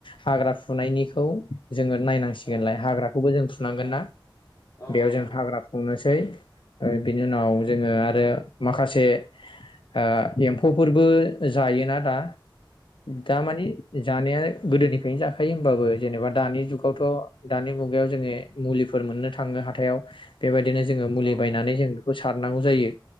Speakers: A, on the left (about 80°); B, on the left (about 40°).
A: हाग्रा फुनायनिखौ जोङो नायनांसिगोनलाय
B: औ
A: हाग्राखौबो जों फुनांगोन
B: औ
A: ना
B: औ
A: बेयाव जों हाग्रा फुंनोसै बिनि उनाव जोङो आरो माखासे ओ‌ एम्फौफोरबो जायोना दा दा माने जानाया गोदोनि बेनो जाखायो होमबाबो जेनेबा दानि जुगावथ' दानि मुगायाव जोङो मुलिफोर मोननो थाङो हाथायाव बेबायदि। बिनो जोङो मुलि
B: औ
A: बायनानै जों सारनांगौ जायो